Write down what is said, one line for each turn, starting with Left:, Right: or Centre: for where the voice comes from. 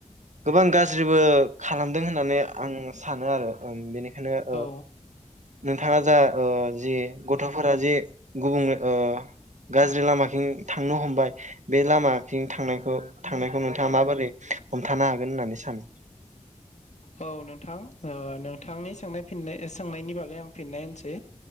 Right: गोबां गाज्रिबो खालामदों होननानै आं सानो आरो बेनिख नो ओ
Left: औ
Right: नोंथाङा जा ओ जि गथ'फोरा जि गुबुं ओ गाज्रि लामाथिं थांनो हमबाय बे लामाथिं थांनायखौ थांनायखौ नोंथाङा माबोरै हमथानो हागोन होननानै सानो?
Left: औ नोंथां ओ नोंथांनि सोंनाय फिननाय सोंनायनि बागै आं फिननाय होनोसै